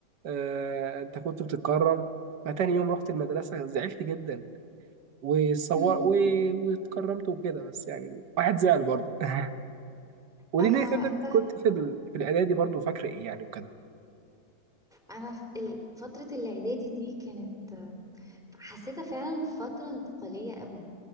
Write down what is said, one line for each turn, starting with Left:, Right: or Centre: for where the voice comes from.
Right: آه، أنت كنت بتتكرم فتاني يوم رحت المدرسة زعلت جدا وصور
Centre: أم،
Right: و...
Centre: أم.
Right: واتكرمت وكده بس يعني واحد زعل برضه <laughs> ودي
Centre: أنا
Right: ليه كده
Centre: وقتها
Right: انت كنت في ال... في الاعدادي برضه فاكر ايه يعني وكده
Centre: أنا في ال- فترة الإعدادي دي كانت حسيتها فعلا فترة انتقالية قوي